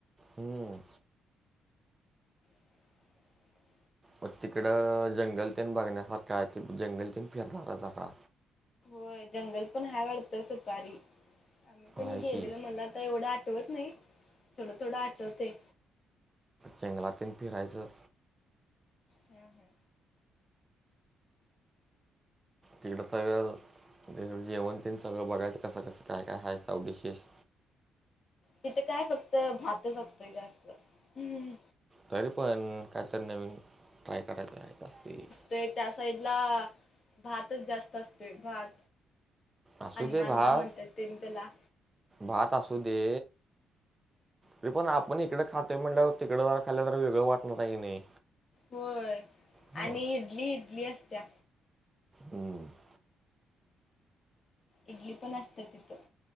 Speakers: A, on the right (about 20°); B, on the left (about 40°).
A: हम्म.
B: <inaudible>
A: मग तिकड जंगल तेन बघण्यासारखा आहे ते जंगलतन फिरणारच आत्ता
B: होय जंगल पण आहे वाटत सफारी आम्ही पण
A: आहे
B: गेलेलो
A: की
B: मला तर एवढं आठ आठवत नाही थोडं थोडं आठवते
A: जंगलातुन फिरायच
B: हम हम
A: तिकड सगळ तिकड जेवण तेन सगळ बघायच कस कस काय काय हाय सर्व डिशेस
B: तिथं काय फक्त भातच असतो जास्त हं
A: तरी पण काहीतरी नवीन ट्राय करायच आहेत असती
B: ते त्या साईडला भातच जास्त असतो भात
A: असू
B: अण्णा
A: दे भात
B: अण्णा म्हणत तेन त्याला
A: भात असु दे तरी पण आपण इकडे खातो म्हणल्यावर तिकडे जर खाल्ल तर वेगळ वाटत का नाही
B: होय
A: मग
B: आणि इडली इडली असत्या
A: हम्म्म -
B: इडली पण असत्या तिथं